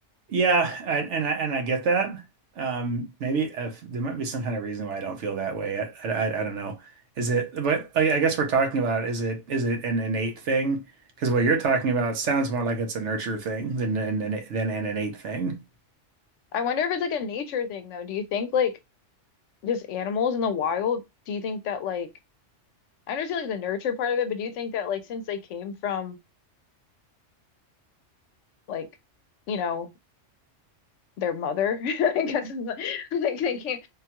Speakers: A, on the right (about 70°); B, on the left (about 75°).
A: Yeah, I, and I and I get that. Um, maybe if there might be some kind of reason why I don't feel that way. I, I, I don't know. Is it? But I, I guess we're talking about is it is it an innate thing? Because what you're talking about sounds more like it's a nurture thing than an than than an innate thing.
B: I wonder if it's like a nature thing though. Do you think like just animals in the wild, do you think that like I understand like the nurture part of it, but do you think that like since they came from like, you know, their mother, <laughs> I guess it's like, like they came